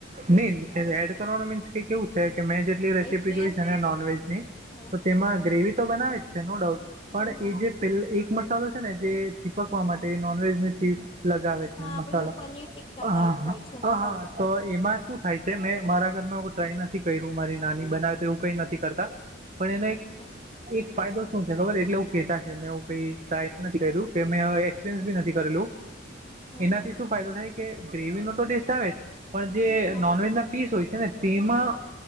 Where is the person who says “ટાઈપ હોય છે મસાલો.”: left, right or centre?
Left